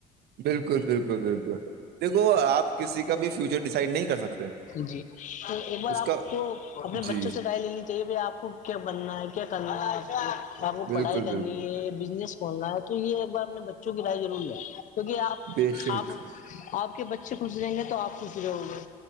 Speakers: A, on the right (about 70°); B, on the left (about 50°).
A: بالکل بالکل بالکل دیکھو آپ کسی کا بھی فیوچر ڈسائڈ نہیں کر سکتے
B: جی تو ایک بار
A: اس
B: آپ
A: کا
B: کو اپنے
A: جی
B: بچوں سے ائ لینی چاہیے بائی آپ کو کیا بننا ہے کیا کرنا ہے آپ کو آپ کو
A: بالکل
B: پڑھائی کرنی
A: بالکل
B: ہے بزنس کھولنا ہے تو یہ ایک بار اپنے بچوں کی رائے ضروری ہے کیکہ آپ
A: بے شک
B: آپ آپ کے بچے خش رہیں گے تو آپ خش رہو گے